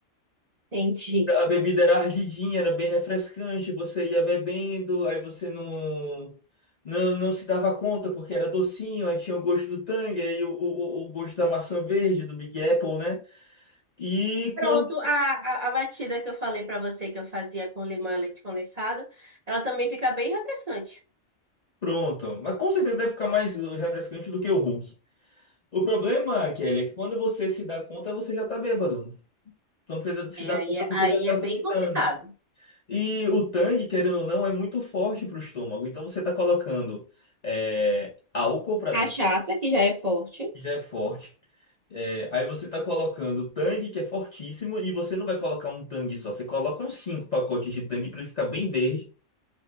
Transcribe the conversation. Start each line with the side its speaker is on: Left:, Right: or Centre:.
Right: Entendi.
Left: A bebida era ardidinha, era bem refrescante, você ia bebendo, aí você não, não, não se dava conta porque era docinho, aí tinha o gosto do Tang, aí o, o, o gosto da maçã verde, do Big Apple, né? E
Right: Pronto,
Left: quando.
Right: a, a, a batida que eu falei pra você que eu fazia com limão e leite condensado, ela também fica bem refrescante.
Left: Pronto. Mas com certeza deve ficar mais refrescante do que o Hulk. O problema, Kelly, é que quando você se dá conta, você já tá bêbado. Quando você se
Right: É,
Left: dá
Right: aí
Left: conta,
Right: é,
Left: você
Right: aí
Left: já tá
Right: é bem
Left: vomitando.
Right: complicado.
Left: E o Tang, querendo ou não, é muito forte pro estômago. Então você tá colocando é, álcool pra
Right: Cachaça,
Left: dentro
Right: que já é forte.
Left: já é forte. É, aí você tá colocando tangue, que é fortíssimo, e você não vai colocar um tangue só, você coloca uns cinco pacotes de tangue pra ele ficar bem verde.